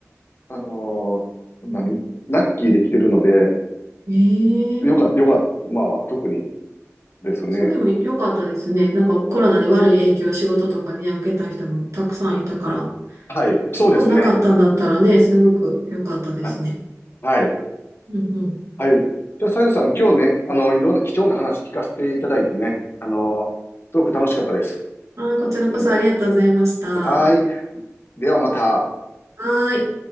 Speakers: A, on the left; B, on the right.
A: あの何ラッキーで来てるので、
B: ええ
A: よかった、よかった、まあ、特にですね。
B: それでも良かったですね。なんかコロナで悪い影響を仕事とかにね、受けた人もたくさんいたから、
A: はい、そうですね。
B: そこなかったんだったらね、すごく良かったですね。
A: あ、はい。
B: うんうん。
A: はい。じゃあ、さゆさん、今日ね、あの、いろんな貴重な話聞かせていただいてね、あの、すごく楽しかったです。
B: あー、こちらこそありがとうございました。
A: うん。
B: は
A: はーい。ではまた。
B: ーい。